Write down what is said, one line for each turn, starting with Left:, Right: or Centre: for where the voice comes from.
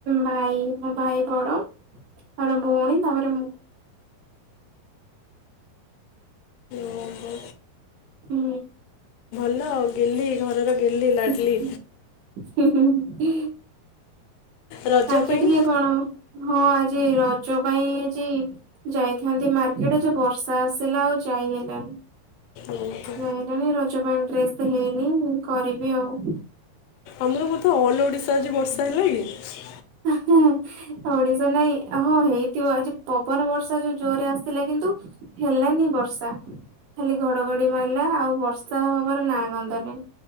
Right: ଭାଇ ମୋ ଭାଇ ବଡ ମୋର ଭଉଣୀ ତାପରେ ମୁଁ।
Left: ଓହୋ
Right: ହୁଁ।
Left: ହେଲା ଆଉ ଗେହ୍ଲି ଘରର ଗେହ୍ଲି ଲାଡ଼ଲି
Right: ହୁଁ ହଁ।
Left: ରଜ
Right: ଆଜି
Left: ପାଇଁ
Right: ଟିକେ କଣ ହଁ ଆଜି ରଜ ପାଇଁ ଆଜି ଯାଇଥାନ୍ତି ମାର୍କେଟରେ ଯୋଉ ବର୍ଷା ଆସିଲା ଆଉ ଯାଇହେଲାନି।
Left: ଓହୋ
Right: ଆଇଲାଣି ରଜ ପାଇଁ ଡ୍ରେସ୍ ସେ ହେଇନି ମୁଁ କରିବି ଆଉ।
Left: ଆମର ବୋଧେ ଅଲ ଓଡିଶା ଆଜି ବର୍ଷା ହେଲା କି?
Right: ନାଇଁ ଓଡିଶା ନାଇଁ ହଁ ହେଇଥିବ ଆଜି ପବନ ବର୍ଷା ଯୋଉ ଜୋରରେ ଆସିଥିଲା କିନ୍ତୁ ହେଲାନି ବର୍ଷା ଖାଲି ଘଡଘଡି ମାରିଲା ଆଉ ବର୍ଷା ହବାର ନାଁ ଗନ୍ଧ ନାହିଁ।